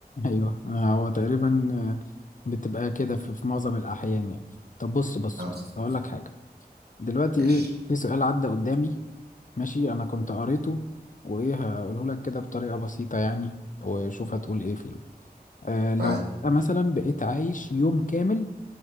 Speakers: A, on the left (about 50°); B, on the right (about 75°).
A: ايوه آه، هو تقريبا آه، بتبقى كده في في معظم الاحيان يعني طب بص بص
B: خلاص
A: بص هقول لك حاجه دلوقتي
B: ماشي
A: ايه في سؤال عدى قدامي ماشي انا كنت قريته وايه هقوله لك كده بطريقه بسيطه يعني وشوف هتقول ايه فيه آه لو
B: طيب
A: فجأة مثلا بقيت عايش يوم كامل